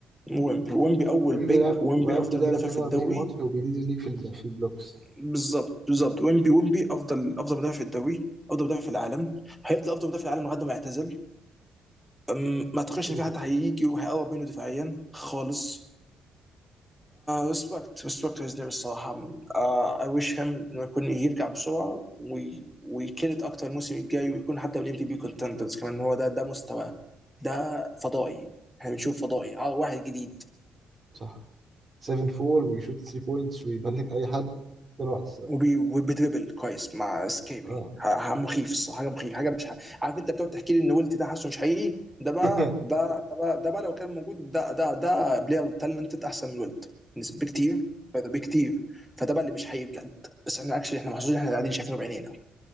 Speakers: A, in the centre; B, on the right.
A: ويمبي ويمبي اول
B: وين
A: بيك
B: بيلعب
A: ويمبي
B: وين
A: افضل
B: بيلعب
A: مدافع
B: 42
A: في الدوري
B: ماتش وبيليد الليج في ال- في البلوكس
A: بالظبط بالظبط ويمبي ويمبي افضل افضل مدافع في الدوري افضل مدافع في العالم هيفضل افضل مدافع في العالم لغايه ما يعتزل أم، ما اعتقدش
B: كده
A: ان في
B: كده
A: حد هيجي وهيقرب منه دفاعيا خالص ريسبكت ريسبكت هيز نيم الصراحه اي ويش هيم انه يكون يرجع بسرعه ويكلت اكتر الموسم الجاي ويكون حتى من ام في بي كونتندرز كمان هو ده ده مستواه ده فضائي احنا بنشوف فضائي آه، واحد جديد
B: صح 7 4 بيشوت 3 بوينتس ويبلك اي حد بسرعه الصراحة.
A: وبي- وبيدربل كويس مع سكيبي
B: اه
A: ح- ح- مخيف الصراحه حاجه مخيف حاجه مش ح... عارف انت بتقعد تحكي لي ان ويلت ده حاسه مش حقيقي ده بقى
B: <laughs>
A: ده ده بقى ده بقى لو كان موجود ده ده ده بلاير تالنتد احسن من ويلت نسب- بكتير فده بكتير فده بقى اللي مش حقيقي بجد بس احنا اكشلي احنا محظوظين احنا قاعدين شايفينه بعينينا